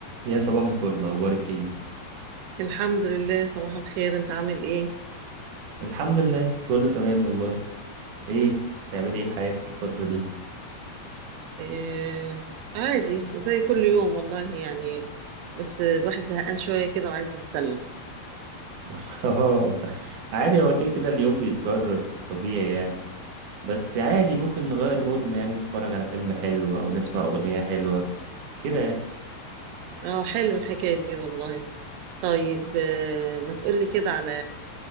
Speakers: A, on the right (about 65°); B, on the right (about 85°).
A: يا صباح الفل اخبارك ايه
B: الحمد لله صباح الخير انت عامل ايه؟
A: الحمد لله كله تمام والله ايه تعملي ايه في حياتك الفترة دي
B: آه عادي زي كل يوم والله يعني بس الواحد زهقان شوية كده وعايز يتسلى
A: <laughs> اه عادي هو كده كده اليوم بيتكرر في الطبيعي يعني بس عادي ممكن نغير مودنا يعني نتفرج على فيلم حلو او نسمع اغنية حلوة كده يعني.
B: اه حلو الحكاية دي والله طيب آه ما تقولي كده على